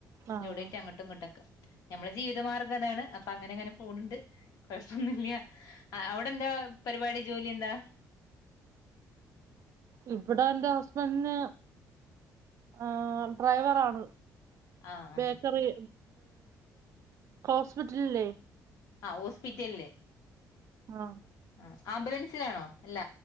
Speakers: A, on the right; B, on the left.
A: ആഹ്
B: ലോടെ നമ്മെ ജീവിത മാർഗം അതാണ് അപ്പൊ അങ്ങനെ അങ്ങനെ പോന്നുണ്ട് കൊഴപ്പൊന്നുമില്ല അവിടെ എന്താ പരിപാടി ജോലി എന്താ
A: ഇവിടെ എന്റെ ഹസ് ബൻ്റ് ആഹ് ഡ്രൈവർ ആണ്
B: ആഹ് ഉം
A: ബേക്കറി ഹോസ്പിറ്റല് ഇല്ലേ
B: ആന്ന് ഹോസ്പിറ്റലില്
A: ആഹ്
B: ആ ആംബുലൻസിലാണോ അല്ല